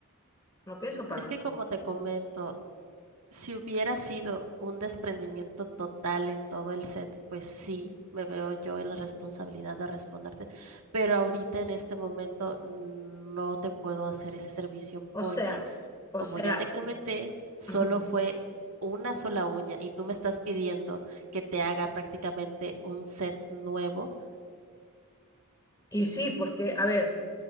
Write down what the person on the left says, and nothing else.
no pienso pagar.
O
sea, o
sea,
ujú.
y sí, porque, a ver,